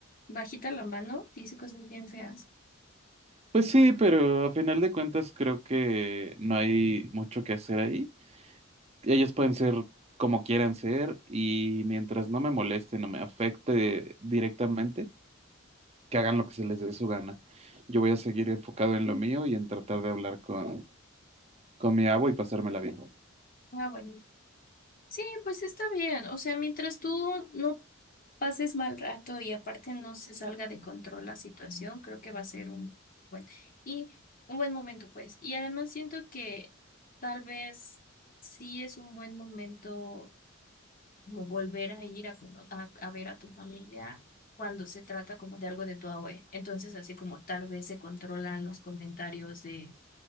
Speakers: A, on the left; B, on the right.
A: bajita la mano, dice cosas bien feas.
B: Pues sí, pero a final de cuentas creo que no hay mucho que hacer ahí. Ellos pueden ser como quieran ser y mientras no me moleste, no me afecte directamente, que hagan lo que se les dé su gana. Yo voy a seguir enfocado en lo mío y en tratar de hablar con, con mi agua y pasármela bien.
A: Ah, bueno. Sí, pues está bien. O sea, mientras tú no pases mal rato y aparte no se salga de control la situación, creo que va a ser un buen y un buen momento, pues. Y además siento que tal vez sí es un buen momento como volver a ir a, cono- a, a ver a tu familia cuando se trata como de algo de tu abue. Entonces, así como tal vez se controlan los comentarios de